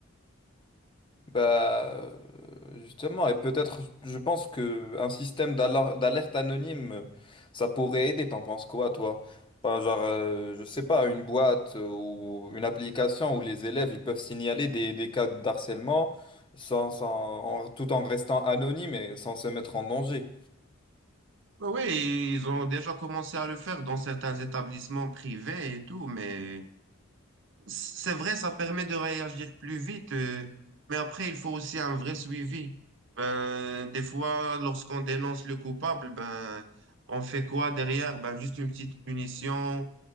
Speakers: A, on the left; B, on the right.
A: Bah, euh, justement, et peut-être, je pense que un système d'alar- d'alerte anonyme, euh, ça pourrait aider. T'en penses quoi, toi? Enfin, genre, euh, je sais pas, une boîte euh, ou une application où les élèves ils peuvent signaler des, des cas de harcèlement sans, sans- en- tout en restant anonymes et sans se mettre en danger.
B: Oui, ils ont déjà commencé à le faire dans certains établissements privés et tout, mais C'est vrai, ça permet de réagir plus vite, euh, mais après, il faut aussi un vrai suivi. Ben, des fois, lorsqu'on dénonce le coupable, ben, on fait quoi derrière? Ben, juste une petite punition